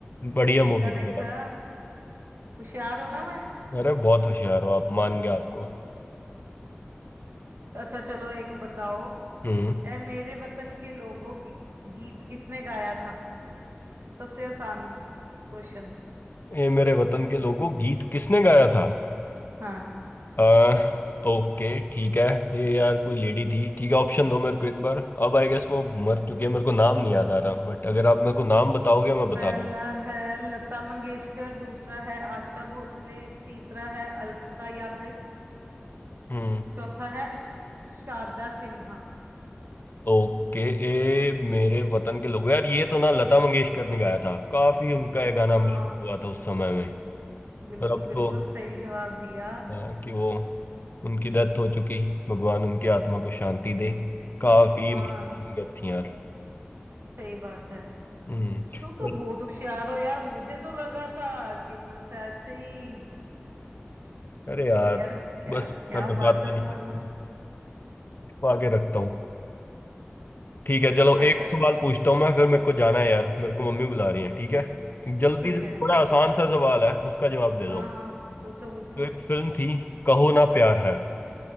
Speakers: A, on the left; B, on the right.
A: बढ़िया
B: देखा
A: मूवी थी
B: देखा
A: यार
B: होशियार हूं ना मैं
A: अरे बहुत होशियार हो आप मान गया आपको
B: अच्छा चलो एक बताओ
A: हम्म
B: ए मेरे वतन के लोगों गी, गीत किसने गाया था सबसे आसान क्वेश्चन
A: ये मेरे वतन के लोगों गीत किसने गाया था
B: हाँ
A: अह ओके ठीक है ये यार कोई लेडी थी ठीक है ऑप्शन दो मेरे को एक बार अब आई गेस वो मर चुकी है मेरे को नाम नहीं याद आ रहा बट अगर आप मेरे को नाम बताओगे मैं बता
B: पहला
A: दूँ
B: है लता मंगेशकर दूसरा है आशा भोसले तीसरा है अलका याग्निक
A: हम्म
B: चौथा है शारदा सिन्हा
A: ओके ए मेरे वतन के लोग यार ये तो ना लता मंगेशकर ने गाया था काफी उनका ये गाना
B: हाँ
A: मशहूर हुआ था उस समय में
B: बिल्कुल
A: पर अब
B: बिल्कुल
A: तो
B: सही जवाब दिया
A: आ, कि वो उनकी डेथ हो चुकी भगवान उनकी आत्मा को शांति दे काफी
B: हाँ
A: मशहूर सिंगर
B: स-
A: थी यार
B: सही बात है
A: हम्म
B: तुम तो
A: बल-
B: बहुत होशियार हो यार मुझे तो लगा था कि बस ऐसे ही
A: अरे यार
B: पर यार क्या
A: बस
B: क्या
A: मैं बताता
B: बात है
A: नहीं
B: तुम्हारी
A: इसको आगे रखता हूँ ठीक है चलो
B: अच्छा
A: एक सवाल पूछता हूँ मैं फिर मेरे को जाना है यार मेरे को मम्मी बुला रही है ठीक है एक जल्दी
B: ठीक
A: से
B: है
A: बड़ा आसान सा सवाल है उसका जवाब दे
B: हाँ
A: दो
B: हाँ पूछो पूछो
A: तो एक फिल्म थी कहो ना प्यार है